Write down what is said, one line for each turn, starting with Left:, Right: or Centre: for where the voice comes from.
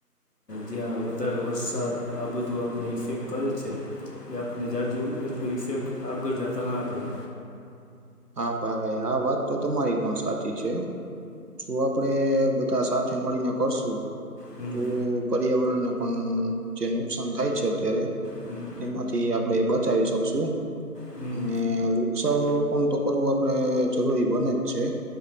Left: જ્યાં વધારે વરસાદ આ બધું આપણે ઇફેક્ટ કરે છે એ આપણે હજુ એટલું ઇફેક્ટ આગળ જતા ના કરે.
Right: હા ભાઈ આ વાત તો તમારી પણ સાચી છે. જો આપડે બધા સાથે મળીને કરશું.
Left: હમ્મ
Right: તો પર્યાવરણને પણ જે નુકસાન થાય છે અત્યારે
Left: હમ
Right: તેમાંથી આપણે બચાવી શકશું
Left: હમ
Right: અને વૃક્ષા તો કરવું આપણે જરૂરી બને જ છે